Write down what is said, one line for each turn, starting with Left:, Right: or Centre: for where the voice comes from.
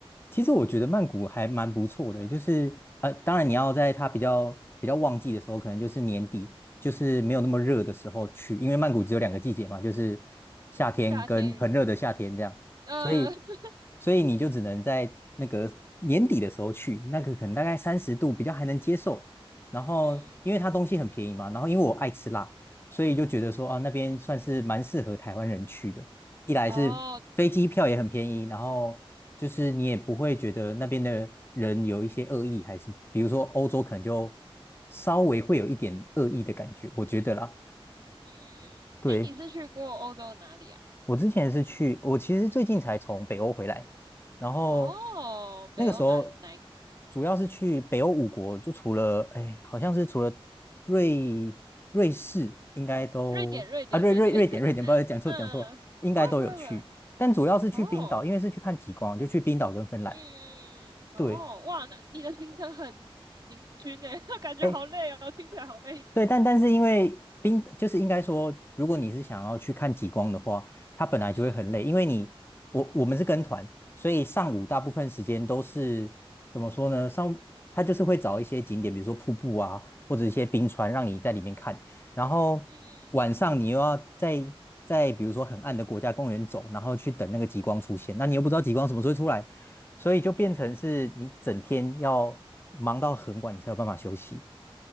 Left: 其实我觉得曼谷还蛮不错的，就是呃，当然你要在它比较比较旺季的时候，
Right: 嗯，
Left: 可能就是年底，就是没有那么热的时候去，因为曼谷只有两个季节嘛，就是夏天跟很热的夏天这样，
Right: 夏天，呃，
Left: 所以
Right: <laughs> 嗯
Left: 所以你就只能在那个年底的时候去，那个可能大概三十度比较还能接受，然后因为它东西很便宜嘛，
Right: 嗯嗯，
Left: 然后因为我爱吃辣，所以就觉得说啊那边算是蛮适合台湾人去的。一来是飞机票也很便宜，
Right: <laughs> 哦，
Left: 然后就是你也不会觉得那边的人有一些恶意，还是比如说欧洲可能就稍微会有一点恶意的感觉，我觉得啦。
Right: 嗯，
Left: 对，
Right: 诶，你是去过欧洲哪里啊？
Left: 我之前是去，我其实最近才从北欧回来，然后
Right: 哦，
Left: 那个时候
Right: 北欧哪哪一个？
Left: 主要是去北欧五国，就除了哎，好像是除了瑞瑞士，应该都啊瑞瑞瑞典瑞典，
Right: 瑞典，瑞典，瑞典。<laughs>
Left: 不好意思讲错讲错，
Right: 嗯，
Left: 应该都有去，
Right: 不会不会不会，
Left: 但主要是去冰岛，
Right: 哦，
Left: 因为是去看极光，就去冰岛跟芬兰。
Right: 嗯，哦，
Left: 对，
Right: 哇，那你的行程很平均呢，<laughs> 感觉好累哦，
Left: 哎
Right: 听起来好累。
Left: 对，但但是因为冰就是应该说，如果你是想要去看极光的话，它本来就会很累，
Right: 嗯
Left: 因为你我我们是跟团，所以上午大部分时间都是怎么说呢？上它就是会找一些景点，比如说瀑布啊，或者一些冰川，让你在里面看。然后晚上你又要在在比如说很暗的国家公园走，
Right: 嗯，
Left: 然后去等那个极光出现，那你又不知道极光什么时候会出来，所以就变成是你整天要忙到很晚，你才有办法休息。